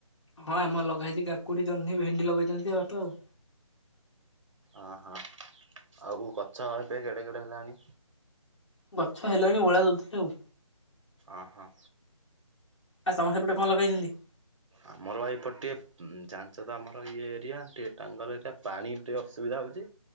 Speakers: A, on the left; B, on the right.
A: ହଁ ଆମର ଲଗାହେଇଛି କାକୁଡି, ଜହ୍ନି, ଭେଣ୍ଡି ଲଗେଇଛନ୍ତି ଯେ ବାପା ଆଉ।
B: ଅ ହଁ, ଆଉ ଗଛ ଏବେ କେଡେ କେଡେ ହେଲାଣି?
A: ଗଛ ହେଲାଣି ଓଳା ଦଉଥିଲେ ଆଉ।
B: ଅ ହ।
A: ଆଉ ତମ ସେପଟେ କଣ ଲଗେଇଛନ୍ତି?
B: ଆମର ଭାଇ ଏପଟେ ଟିକେ, ଜାଣିଛ ତ ଆମର ଇଏ ଏରିଆ ଟିକେ ଟାଙ୍ଗଲ ଏରିଆ ପାଣି ଟିକେ ଅସୁବିଧା। ଅସୁବିଧା ହଉଛି